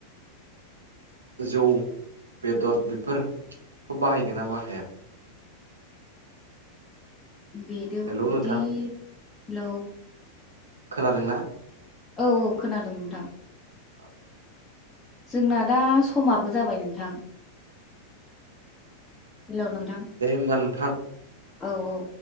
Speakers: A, on the right; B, on the left.
A: जौ बेदर बेफोरखौ बाहायगोन ना बाहाया
B: बेद
A: हेलौ
B: बिदि
A: नोंथां
B: ल'
A: खोनादोंना
B: औ औ खोनादों नोंथां
A: औ
B: जोंना दा समाबो जाबाय नोंथां हेल' नोंथां
A: दे होमबा नोंथां
B: औ औ